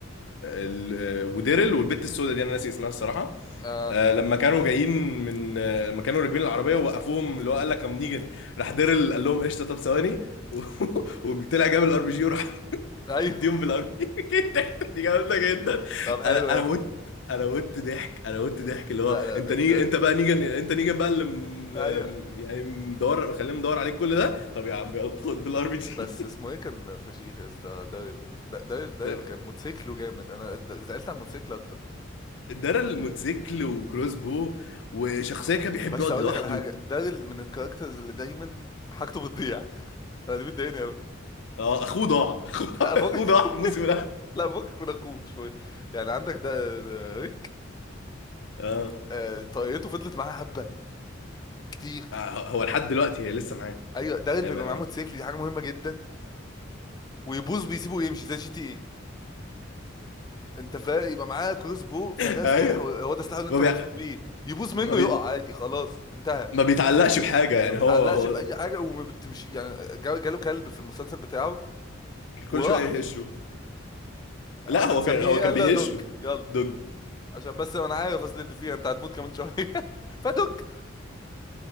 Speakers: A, on the left (about 70°); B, on the left (about 20°).
A: ال... وديرل والبت السوداء دي انا ناسي اسمها الصراحه
B: اه
A: آه، لما كانوا جايين من آه، لما كانوا راكبين العربيه ووقفوهم اللي هو قال لك كم نيجن راح ديرل قال لهم قشطه طب ثواني و- <laughs> وطلع جاب الار بي جي وراح <laughs>
B: ايوه
A: مديهم بالار بي جي. <laughs> دي جامده جدا
B: <laughs> طب حلو
A: انا
B: يعني
A: انا مت انا مت ضحك انا مت ضحك اللي هو
B: لا لا
A: انت
B: ده
A: نيجن
B: ده
A: انت بقى نيجن انت نيجن بقى اللي م...
B: ايوه
A: يعني مدور مخليهم مدور عليك كل ده طب يا عم يلا خد بالار بي جي
B: بس اسمه
A: <laughs>
B: ايه كان فشيخ يا اسطى داريل دا- داريل داريل
A: ده
B: كان موتوسيكله جامد انا د- زعلت على الموتوسيكل اكتر
A: ديرل موتوسيكل وكروس بو وشخصيه كان بيحب
B: بس
A: يقعد
B: اقول
A: لوحده
B: لك على حاجه داريل من الكاركترز اللي دايما حاجته بتضيع <laughs> انا دي بتضايقني قوي
A: اه اخوه ضاع <laughs> اخوه
B: لا
A: ضاع
B: فوق
A: اخوه ضاع الموسم
B: <laughs> لا فوقك من اخوه شويه يعني عندك ده ده ريك
A: اه
B: آه، طاقيته فضلت معاه حبه كتير
A: آه، هو لحد دلوقتي هي لسه معاه
B: ايوه داريل
A: هي
B: بيبقى
A: ما... ما-
B: معاه موتوسيكل دي حاجه مهمه جدا ويبوظ بيسيبه ويمشي زي جي تي ايه انت فاهم يبقى معاه كروس بو فده
A: <laughs>
B: سلاح
A: ايوه
B: هو ده سلاحه اللي
A: ما
B: انت
A: بي...
B: مبسوط بيه يبوظ
A: ما
B: منه
A: بي...
B: يقع عادي خلاص انتهى
A: ما بيتعلقش بحاجه يعني
B: ما بيتعلقش
A: هو هو
B: باي حاجه وما بتمشي يعني جا- جاله كلب في المسلسل بتاعه وراح
A: كل شويه يهشه
B: هنسميه
A: لا هو كان هو
B: ايه
A: كان
B: قال
A: بيهشه
B: له يا دوج يلا
A: دوج
B: عشان بس انا عارف اصل اللي فيها انت هتموت كمان شويه <laughs> فدوج